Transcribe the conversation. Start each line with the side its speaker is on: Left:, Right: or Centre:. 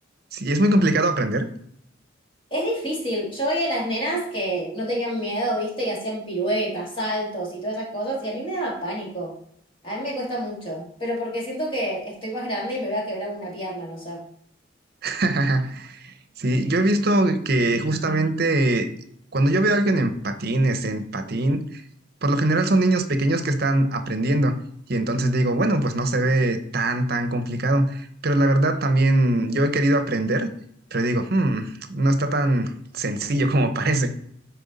Right: Sí, es muy complicado aprender.
Left: Es difícil, yo veía a las nenas que no tenían miedo, viste, y hacían piruetas, saltos y todas esas cosas, y a mí me daba pánico. A mí me cuesta mucho, pero porque siento que estoy más grande y me voy a quebrar una pierna, no sé.
Right: <laughs> Sí, yo he visto que justamente cuando yo veo a alguien en patines, en patín, por lo general son niños pequeños que están aprendiendo. Y entonces digo, bueno, pues no se ve tan, tan complicado. Pero la verdad también yo he querido aprender, pero digo, "Hmm, no está tan sencillo como <laughs> parece.